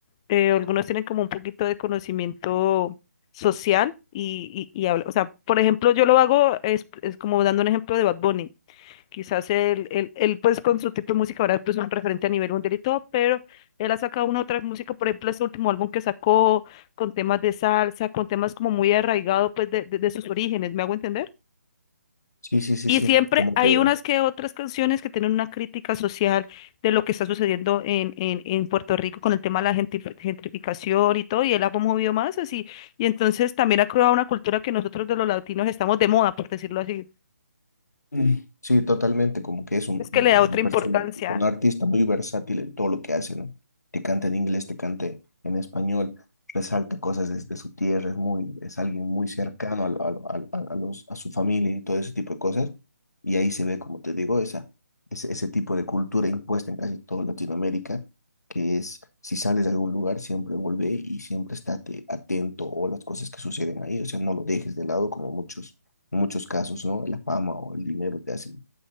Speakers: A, on the left (about 20°); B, on the left (about 80°).
A: eh, algunos tienen como un poquito de conocimiento social y, y, y habla- o sea, por ejemplo, yo lo hago, es, es como dando un ejemplo de Bad Bunny. Quizás él, él, él, pues con su tipo de música ahora pues un referente a nivel mundial y todo, pero él ha sacado una otra música, por ejemplo, este último álbum que sacó con temas de salsa, con temas como muy arraigado pues de, de de sus orígenes, ¿me hago entender?
B: Sí, sí, sí,
A: Y
B: sí,
A: siempre
B: como
A: hay
B: que
A: unas que otras canciones que tienen una crítica social de lo que está sucediendo en, en, en Puerto Rico con el tema de la gentri- gentrificación y todo, y él ha promovido más así. Y entonces también ha creado una cultura que nosotros de los latinos estamos de moda, por decirlo así.
B: Mm. Sí, totalmente, como que es un-
A: Es que
B: un-
A: le da otra
B: una persona,
A: importancia.
B: un artista muy versátil en todo lo que hace, ¿no? Te canta en inglés, te cante en español, resalta cosas desde su tierra, es muy, es alguien muy cercano a, lo- a lo- a- a los, a su familia y todo ese tipo de cosas. Y ahí se ve, como te digo, esa, ese, ese tipo de cultura impuesta en casi toda Latinoamérica, que es, si sales de algún lugar, siempre vuelve y siempre estate atento o las cosas que suceden ahí, o sea, no lo dejes de lado como muchos en muchos casos, ¿no? La fama o el dinero te hacen,